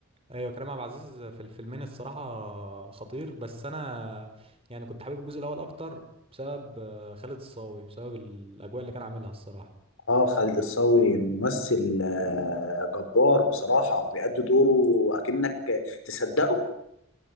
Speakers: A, on the right; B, on the left.
A: ايوه كريم عبد العزيز في الفيلمين الصراحة خطير بس انا يعني كنت حابب الجزء الاول اكتر بسبب خالد الصاوي بسبب الاجواء اللي كان عاملها الصراحة
B: اه خالد الصاوي ممثل آه، جبار بصراحة وبيأدي دوره أكنك تصدقه